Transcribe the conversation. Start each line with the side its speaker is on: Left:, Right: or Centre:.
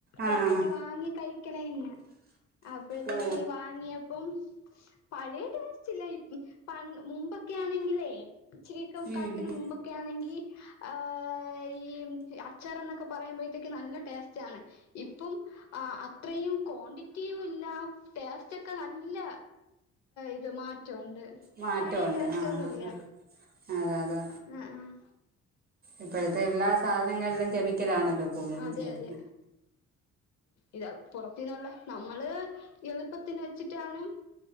Right: ആഹ്
Left: പാക്കറ്റ് വാങ്ങി കഴിക്കണ തന്നെ. അപ്പോഴത്തേക്ക്
Right: ഓ
Left: വാങ്ങിയപ്പം പഴയ ടേസ്റ്റില്ല. ഇ പ മുമ്പൊക്കെ ആണെങ്കിലേ ഇച്ചിരി കാലത്തിന്
Right: ഉം ഉം
Left: മുമ്പൊക്കെ ആണെങ്കി ആ ഈ അച്ചറന്നെക്കെ പറയുമ്പോഴത്തേക്കും നല്ല ടേസ്റ്റ് ആണ്. ഇപ്പം അത്രയും ക്വാണ്ടിറ്റിയും ഇല്ല. ടേസ്റ്റ് ഒക്കെ നല്ല ഇത് മാറ്റമുണ്ട്.
Right: മാറ്റമുണ്ട്
Left: പഴയ ടേസ്റ്റ്
Right: ആഹ്
Left: ഒന്നുമില്ല.
Right: ആഹ് ആഹ് അതെ അതെ
Left: ആഹ് ആഹ്
Right: ഇപ്പോഴത്തെ എല്ലാ സാധനങ്ങളിലും കെമിക്കലാണല്ലോ? കൂടുതലുംചേരുന്നത്.
Left: അതെ അതെ ഇതാ പുറത്തുന്നിള്ളേ നമ്മള് ഇളപ്പ ത്തിന് വെച്ചിട്ടാണ്